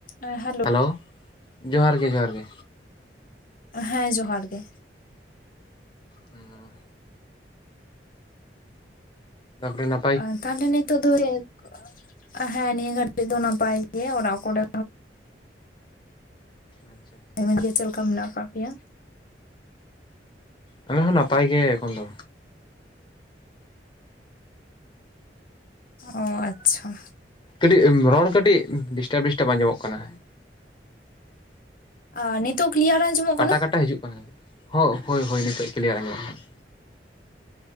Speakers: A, on the left; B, on the left.
A: ᱮᱸ hello.
B: Hello ᱡᱚᱦᱟᱨ ᱜᱮ ᱡᱚᱦᱟᱨ ᱜᱮ
A: ᱦᱮᱸ ᱡᱚᱦᱟᱨ ᱜᱮ᱾
B: ᱦᱩᱸ᱾ ᱛᱟᱯᱚᱨᱮ ᱱᱟ
A: ᱟᱨ ᱛᱟᱦᱞᱮ ᱱᱤᱛᱚᱜ ᱫᱚ ᱪᱮᱫ ᱠᱚ, ᱦᱮᱸ ᱱᱤᱭᱟᱹ ᱜᱷᱟᱲᱤᱡ ᱫᱚ ᱱᱟᱯᱟᱭ ᱜᱮ ᱚᱲᱟᱜ ᱠᱚᱨᱮ
B: ᱟᱪᱪᱷᱟ᱾
A: <inaudible> ᱜᱮ ᱪᱮᱫ ᱞᱮᱠᱟ ᱢᱮᱱᱟᱜ ᱠᱟᱜ ᱯᱮᱭᱟ?
B: ᱟᱞᱮ ᱦᱚᱸ ᱱᱟᱯᱟᱭ ᱜᱮ ᱮᱠᱷᱚᱱ ᱫᱚ᱾
A: ᱚᱻ ᱟᱪᱪᱷᱟ᱾
B: ᱠᱟᱹᱴᱤᱡ ᱨᱚᱲ ᱠᱟᱹᱴᱤᱡ ᱰᱤᱥᱴᱟᱯ ᱰᱤᱥᱴᱟᱯ ᱟᱸᱡᱚᱢᱚᱜ ᱠᱟᱱᱟ᱾
A: ᱟ ᱱᱤᱛᱚᱜ ᱠᱞᱤᱭᱟᱨ ᱟᱸᱡᱚᱢᱚᱜ
B: ᱠᱟᱴᱟ
A: ᱠᱟᱱᱟ
B: ᱠᱟᱴᱟ ᱦᱤᱡᱩᱜ ᱠᱟᱱᱟ, <inaudible> ᱦᱳ ᱦᱳᱭ ᱦᱳᱭ ᱱᱤᱛᱚᱜ ᱠᱞᱤᱭᱟᱨ ᱟᱸᱡᱚᱢᱚᱜ ᱠᱟᱱᱟ᱾